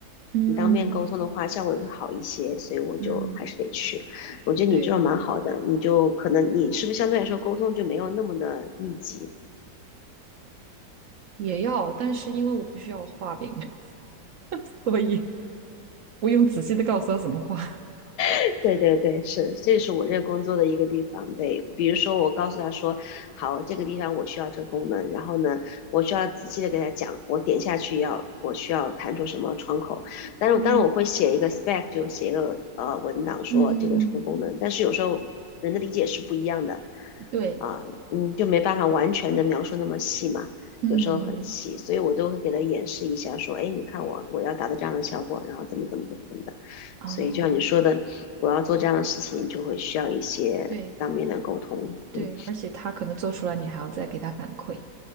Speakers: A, on the right; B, on the left.
A: 嗯
B: 你当面沟通的话，效果会好一些，所以我就还是得去。
A: 嗯，
B: 我觉得你这种蛮好的，
A: 对，
B: 你就可能你是不是相对来说沟通就没有那么的密集，
A: 也要，但是因为我不需要画饼，<laughs> 所以不用仔细的告诉他怎么画。
B: <laughs> 对对对，是，这是我这个工作的一个地方。对，比如说我告诉他说，好，这个地方我需要这个功能，然后呢，我需要仔细的给他讲，我点下去要我需要弹出什么窗口。但是当然我会写一个
A: 嗯
B: spec，就写一个呃文档说这个什么功能。
A: 嗯，
B: 但是有时候人的理解是不一样的
A: 对，
B: 啊、嗯，就没办法完全的描述那么细嘛。
A: 嗯
B: 有时候很细，所以我都会给他演示一下，说，哎，你看我我要达到这样的效果，然后怎么怎么怎么怎么的。
A: 哦，
B: 所以就像你说的，我要做这样的事情，就会需要一些当面的沟通。
A: 对对，
B: 嗯，
A: 而且他可能做出来，你还要再给他反馈。